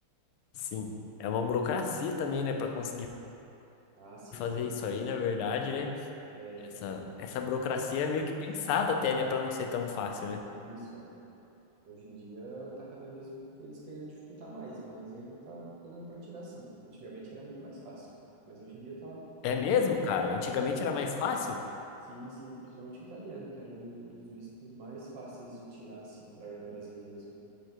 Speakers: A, on the left (about 80°); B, on the right (about 60°).
A: Sim. É uma burocracia também, né, para conseguir
B: Ah, sim,
A: fazer
B: com...
A: isso aí, na verdade, né?
B: é, então
A: Essa,
B: ele.
A: essa burocracia é meio que pensada até, né, para não ser tão fácil, né?
B: e Isso é. Hoje em dia tá cada vez eles querendo dificultar mais, mas ainda tá, tá dando para tirar sim. Antigamente era muito mais fácil, mas hoje em dia tá,
A: É mesmo,
B: tá para
A: cara?
B: tirar.
A: Antigamente era mais fácil?
B: Sim, sim, principalmente o italiano, que era um do- dos vistos mais fáceis de tirar, assim, para brasileiros, né?